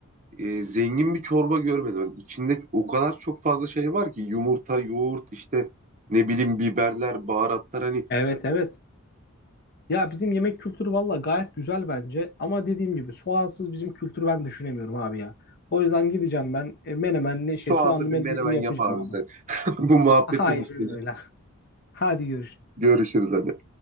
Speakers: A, on the right; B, on the left.
A: e, zengin bir çorba görmedim. Hani içinde o kadar çok fazla şey var ki yumurta, yoğurt, işte ne bileyim biberler, baharatlar hani
B: Evet evet. Ya bizim yemek kültürü valla gayet güzel bence. Ama dediğim gibi soğansız bizim kültürü ben düşünemiyorum abi ya. O yüzden gideceğim ben e, menemenli
A: soğanlı
B: şey soğanlı
A: bir
B: menemenimi
A: menemen
B: yapacağım
A: yap abi
B: abi.
A: sen. <laughs> Bu muhabbetin
B: Hayır
A: üstüne.
B: öyle. Hadi görüşürüz.
A: Görüşürüz hadi.